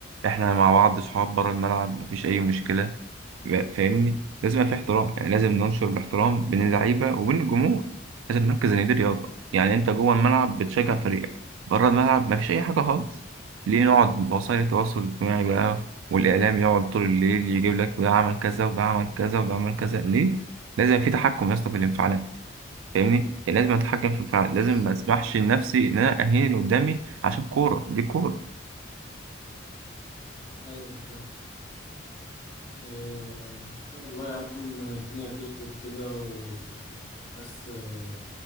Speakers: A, on the right (about 85°); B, on the left (about 25°).
A: احنا مع بعض صحاب بره الملعب مفيش اي مشكله فاهمني لازم يبقى في احترام يعني لازم
B: مم،
A: ننشر الاحترام بين اللعيبه وبين الجمهور لازم نركز ان دي رياضه يعني انت جوه الملعب بتشجع فريقك بره الملعب مفيش اي حاجه خالص ليه نقعد وسائل التواصل الاجتماعي بقى والاعلام يقعد طول الليل يجيب لك ده عمل كذا وده عمل كذا وده عمل كذا ليه لازم في تحكم يا اسطى في الانفعالات فاهمني يعني لازم اتحكم في الانفعالات لازم
B: بالظبط
A: ما اسمحش لنفسي ان انا اهين اللي قدامي عشان كوره دي كوره
B: ايوه آه، إن شاء الله يا عم الدنيا هتظبط كده والناس آه،